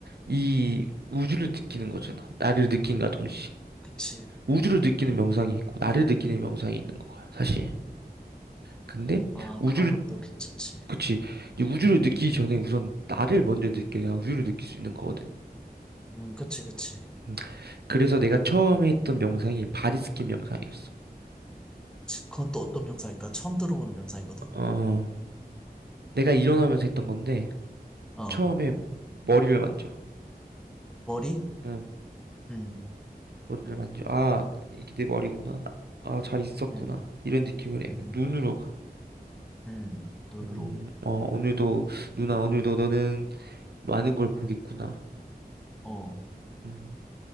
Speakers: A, on the right; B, in the centre.
A: 이 우주를 느끼는 거잖아. 나를 느낀과 동시에.
B: 그치.
A: 우주를 느끼는 명상이 있고, 나를 느끼는 명상이 있는 거야, 사실. 근데,
B: 아,
A: 우주를,
B: 그런 것도 괜찮지.
A: 그치. 이제 우주를 느끼기
B: 음,
A: 전에 우선 나를 먼저 느껴야 우주를 느낄 수 있는 거거든.
B: 음, 그치, 그치.
A: 음, 그래서 내가 처음에 했던 명상이 바디스킨 명상이었어.
B: 그건 또 어떤 명사일까? 처음 들어보는 명사이거든?
A: 어, 내가 일어나면서 했던 건데,
B: 어,
A: 처음에 머리를 만져.
B: 머리?
A: 응,
B: 음,
A: 머리를 만져. 아, 이게 내 머리구나. 아, 잘 있었구나.
B: 음.
A: 이런 느낌을
B: 음,
A: 해. 눈으로 가.
B: 음, 눈으로.
A: 음, 어, 오늘도, 누나, 오늘도 너는 많은 걸 보겠구나.
B: 어,
A: 음,